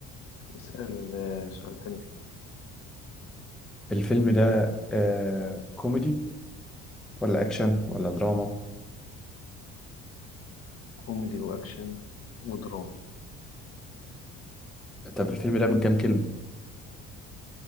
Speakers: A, on the left; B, in the centre.
A: اسأل آه، سؤال تاني كده.
B: الفيلم ده آه كوميدي ولا اكشن ولا دراما
A: كوميدي وأكشن ودراما
B: طب الفيلم ده من كام كلمة